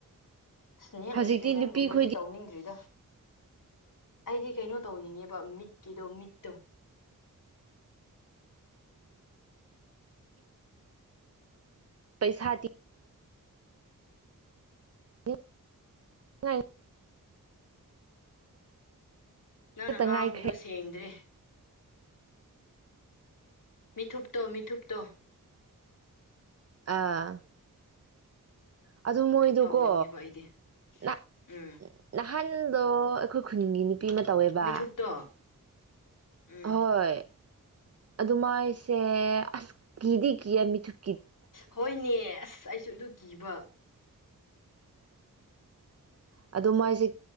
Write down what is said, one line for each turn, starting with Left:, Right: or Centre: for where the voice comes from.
Left: ꯑꯁ ꯅꯦꯜ
Right: ꯍꯧꯖꯤꯛꯇꯤ
Left: ꯑꯦꯛꯁꯇꯦꯁꯟꯒꯨꯝꯕꯗꯤ
Right: ꯅꯨꯄꯤꯈꯣꯏꯗꯤ
Left: ꯇꯧꯅꯤꯡꯗ꯭ꯔꯤꯗ ꯑꯩꯗꯤ ꯀꯩꯅꯣ ꯇꯧꯅꯤꯡꯉꯦꯕ ꯃꯤꯠꯀꯤꯗꯣ ꯃꯤꯠꯇꯣ
Right: ꯄꯩꯁꯥꯇꯤ <inaudible> ꯇꯤꯡꯅꯤꯡꯉꯥꯏ
Left: ꯅꯪꯅ
Right: ꯈꯛꯇ
Left: ꯉꯥꯡꯕꯗꯣ
Right: ꯉꯥꯏꯈ꯭ꯔꯦ
Left: ꯁꯦꯡꯗ꯭ꯔꯦ ꯃꯤꯊꯨꯞꯇꯣ ꯃꯤꯊꯨꯞꯇꯣ
Right: ꯑꯥ ꯑꯗꯨ ꯃꯣꯏꯗꯨꯀꯣ
Left: ꯃꯤꯊꯨꯞ ꯇꯧꯅꯤꯡꯉꯦꯕ ꯑꯩꯗꯤ
Right: ꯅꯥ
Left: ꯎꯝ
Right: ꯅꯍꯥꯟ ꯗꯣ ꯑꯩꯈꯣꯏ ꯈꯨꯅꯤꯡꯒꯤꯅꯤ ꯄꯤ ꯑꯃꯥ ꯇꯧꯋꯦꯕ
Left: ꯃꯤꯊꯨꯞꯇꯣ ꯎꯝ
Right: ꯍꯣꯏ ꯑꯗꯨ ꯃꯥꯏꯁꯦ ꯑꯁꯀꯤꯗꯤ ꯀꯤꯌꯩ ꯃꯤꯊꯨꯝ
Left: ꯍꯣꯏꯅꯦ ꯑꯁ ꯑꯩ ꯆꯠꯂꯨꯈꯤꯕ
Right: ꯑꯗꯣ ꯃꯥꯏꯁꯤꯦ